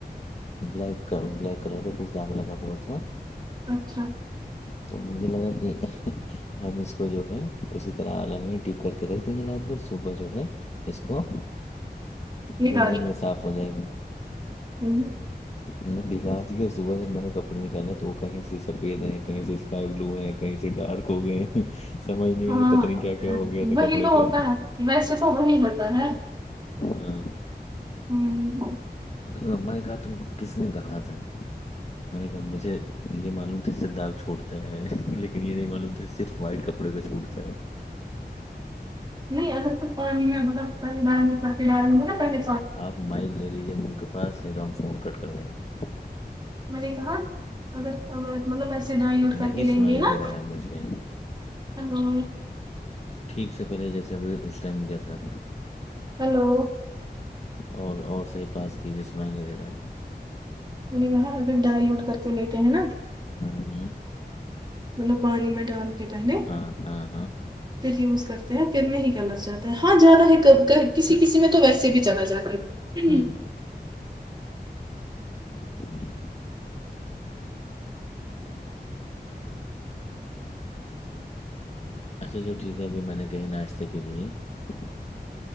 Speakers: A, on the left (about 40°); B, on the right (about 25°).
A: بلیک بلیک کلر کا کچھ داگ لگا ہوا تھا
B: اچھا
A: تو مجھے لگا کہ ہم اس کو جو ہے اسی طرح آ میں ڈ کر کے رکھ دیں گے رات بھر صبح جو ہے اس کو
B: ٹھیک
A: دھل دیں گے صاف ہو جائے گا
B: ہوں
A: ہم نے بگا دیا صبح جب میں نے کپڑے نکالے تو وہ کہیں سے سفید ہے کہیں سے اسکائی بلو ہے کہیں سے ڈارک ہو گئے سمجھ نہیں
B: ہاں
A: آارے پتا نہیں کیا کیا ہو گیا تھا
B: وہی
A: کپڑے
B: تو
A: کا
B: ہوتا ہے ویسے تو وہی ہوتا نا
A: ہاں
B: ہوں
A: می اا نے کہا تم کو کس نے کہا تھا میں نے کہا مجھے یہ معلوم تھا داغ چھوٹتا ہے لیکن یہ نہیں معلوم تھا صرف وائٹ کپڑے کا چھوڑتا ہے
B: نہیں اگر تو پانی میں ب ن پے
A: آپ مائک لے لیجیے منہ کے پاس ہے تو ہم فون کٹ کر دیں گے
B: میں نے کہا اگر مطلب ایسے ڈائ لوٹ
A: نہیں
B: کر کے
A: سنائی
B: لیں گے
A: دے
B: نا
A: رہا ہے مجھے
B: ہلو
A: ٹھیک سے پہلے جیسے ہم نے اس ٹائم لیا تھا
B: ہیلو
A: اور اور صحیح پاس کیجیے سنای نہیں د رہا ہے
B: میں نے کہا اگر ڈائ لیوٹ کر کے لیتے ہیں نا
A: ہوں ہوں
B: مطلب پانی میں ڈال کے پہلے
A: ہاں ہاں ہاں
B: پھر یوز کرتے ہیں پھر نہیں کلر جاتا ہے ہاں جاتا ہے کبھی کبھی کسی کسی میں تو ویسے بھی چلا جاتا ہے <inaudible>
A: ہوں ہوں <unintelligible>